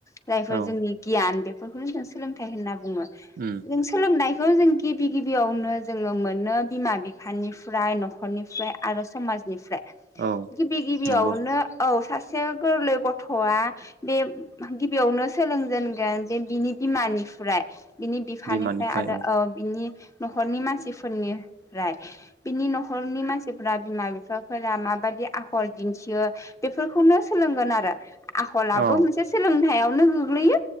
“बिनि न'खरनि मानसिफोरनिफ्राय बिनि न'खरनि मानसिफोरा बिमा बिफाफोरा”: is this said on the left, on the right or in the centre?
Left